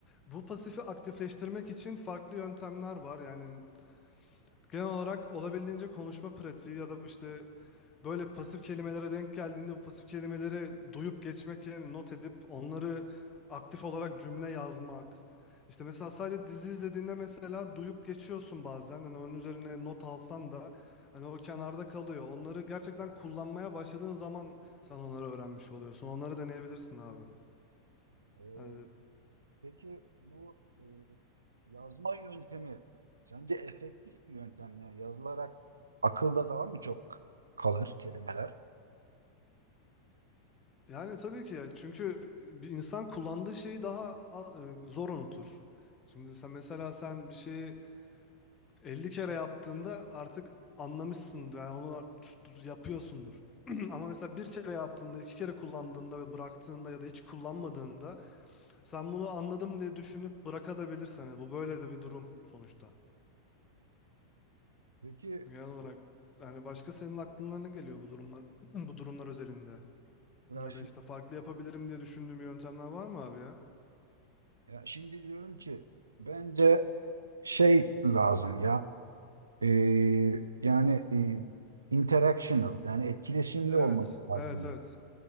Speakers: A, on the left; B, on the right.
A: Bu pasifi aktifleştirmek için farklı yöntemler var. Yani Genel olarak olabildiğince konuşma pratiği ya da işte böyle pasif kelimelere denk geldiğinde bu pasif kelimeleri duyup geçmek yerine not edip onları aktif olarak cümle yazmak. İşte mesela sadece dizi izlediğinde mesela duyup geçiyorsun bazen. Hani onun üzerine not alsan da hani o kenarda kalıyor. Onları gerçekten kullanmaya başladığın zaman sen onları öğrenmiş oluyorsun. Onları deneyebilirsin abi.
B: Ee,
A: Hani
B: peki bu e, yazma yöntemi sence efektif bir yöntem mi? yani yazılarak akılda daha mı çok kalır kelimeler?
A: Yani tabii ki ya. Çünkü bir insan kullandığı şeyi daha a- e, zor unutur. Şimdi sen mesela sen bir şeyi 50 kere yaptığında artık anlamışsındır. Yani onu yapıyorsundur. <clears throat> Ama mesela bir kere yaptığında, iki kere kullandığında ve bıraktığında ya da hiç kullanmadığında sen bunu anladım diye düşünüp bırakabilirsin. Yani bu böyle de bir durum sonuçta.
B: Peki
A: Genel olarak yani başka senin aklına ne geliyor bu durumlar <clears throat> bu durumlar özelinde?
B: ya
A: Ya
B: şimdi,
A: da işte farklı yapabilirim diye düşündüğüm yöntemler var mı abi ya?
B: ya şimdi diyorum ki bence şey lazım ya e, yani e, interactional yani etkileşimli
A: Evet,
B: olması lazım
A: evet, evet.